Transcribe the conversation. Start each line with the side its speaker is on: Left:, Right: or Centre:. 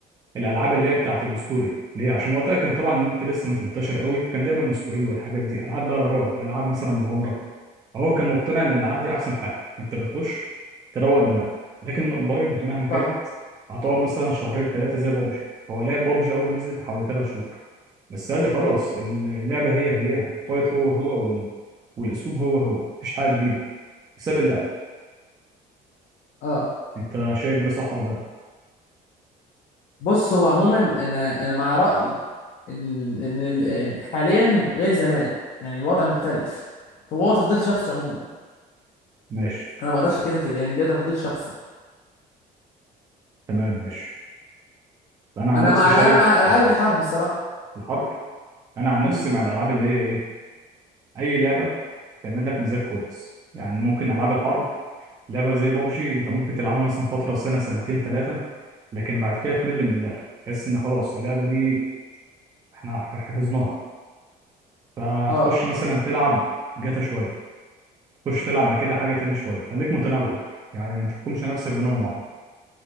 Right: الالعاب اللي هي بتاعت الستوري ليه عشان وقتها كان طبعا النت لسه مش منتشر قوي فكان دايما الستوري والحاجات دي العاب بقى رعب العاب مثلا مغامره هو كان مقتنع ان الالعاب دي احسن حاجه انت بتخش تروق دماغك لكن الاونلاين مهما كانت
Left: صح
Right: هتقعد مثلا شهرين ثلاثه زي بابجي هو لعب بابجي اول ما نزلت حوالي ثلاث شهور بس قال لي خلاص اللعبة هي هي الفايت هو هو وال... والأسلوب هو هو مفيش حاجة جديدة ساب اللعبة
Left: اه
Right: أنت شايف ده صح ولا لأ؟
Left: بص هو عموما انا انا مع رأيي ال- ان ال... يعني حاليا غير زمان يعني الوضع مختلف فهو تفضيل شخصي عموما
Right: ماشي
Left: انا ما اقدرش اتكلم في يعني ده تفضيل شخصي
Right: تمام ماشي أنا عن
Left: انا
Right: نفسي
Left: مع
Right: شايف
Left: انا مع الالعاب
Right: آه،
Left: اللي حرب الصراحة
Right: الحرب أنا عن نفسي
Left: امم
Right: مع الألعاب اللي هي إيه أي لعبة تعمل لك مزاج كويس يعني ممكن ألعاب الحرب لعبة زي بابجي أنت ممكن تلعبها مثلا فترة سنة سنتين ثلاثة لكن بعد كده تمل من اللعبة تحس إن خلاص اللعبة دي إحنا حفظناها فهتخش
Left: اه
Right: مثلا تلعب جاتا شوية خش تلعب بعد كده حاجه تانية شويه خليك متنوع يعني ما تحكمش نفسك بنوع معين